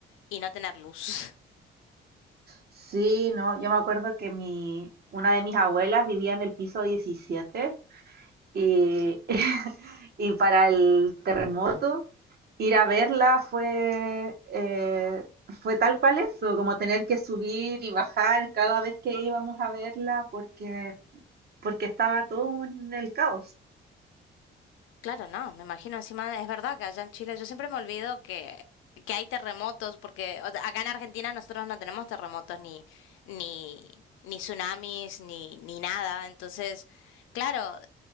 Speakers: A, on the left; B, on the right.
A: y no tener luz. <laughs>
B: Sí, no, yo me acuerdo que mi, una de mis abuelas vivía en el piso 17 y, <laughs> y para el terremoto ir a verla fue, eh, fue tal cual eso, como tener que subir y bajar cada vez que íbamos a verla porque, porque estaba todo en el caos.
A: Claro, no, me imagino encima, es verdad que allá en Chile yo siempre me olvido que, que hay terremotos, porque o sea, acá en Argentina nosotros no tenemos terremotos ni, ni, ni tsunamis, ni, ni nada, entonces, claro,